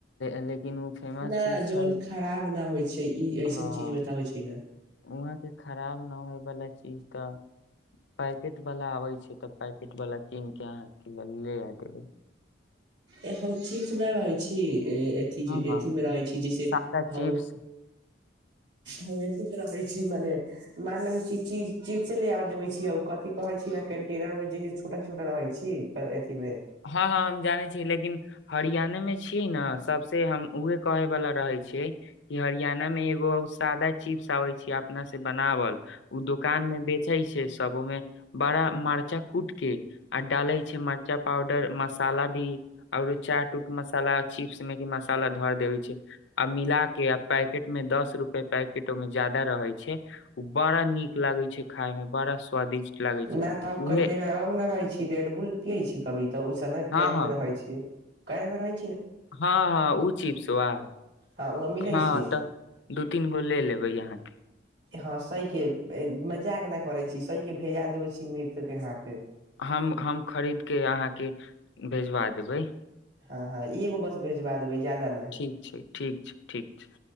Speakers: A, on the left (about 70°); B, on the right (about 65°).
A: लेकिन। उ फेमस
B: न
A: चीज छै
B: जीवन खराब न होइ छै। ई छै। ऐसन
A: हँ
B: चीज बताबै ने
A: वहाँके खराब न होय। ब। चीज क पैकेट। वालला आबे छै तऽ पैकेट वालला कीन के अहाँ ले आ देबै।
B: ए हौ च सुना रहै छी। अथ
A: हँ हँ
B: अथीमे रहै छी जैसे
A: सादा चिप्स
B: हउ। हम एथीमे रहै छी मने मान लेबै छी च चिप्स ले देबै छी कथिी कहै छी ने कंटेनर मे जे छोटा छोटा रहै छी। अथी मे
A: हँ हँ हम जाने छी। ह लेकिन हर। ज्ाने में छीियै न सबस हम उहे। कहे बला रहै छै कि हरियाणा मे। <unintelligible> सादा चिप्स आबे छी अपना से बनावल ओ दुोकान में बेचे छै। सबोमें बड़ा मरचा कूट के। आर डालइ छै मरचा। मसाला भी आओर। चाट उट मसाला चिप्स में के मसाला धर देवे छै आ मिला के आ पैकेट में दस रूपआ पैकेट ओमें जदा रहे छै उ बड़ा नीक लगे छै। खाय में बड़ा स्वादिष्ट लागे छै
B: नहि तब
A: उहे
B: कंटेर नहि रहै छी रेड बुल पिय छी कभी। तऽ ओहिस ने
A: हँ
B: केन
A: हँ
B: मे रहै छी। कयमे रह।
A: हँ हँ ओ चिप्स वा
B: हँ वहाँ मिलै
A: हँ
B: छी
A: तऽ दू तीन गो ले लेब। ै अहाँ।
B: हँ सही के मजाक के नहि करे छी सह के भेजा देबे छी मृत के हा पे।
A: हम हम खरीदके अहाँके भेजवा देबै।
B: हँ हँं ई एगो बस भेजबा देबै। जादा नहि।
A: ठीक छै ठीक छै - ठीक छै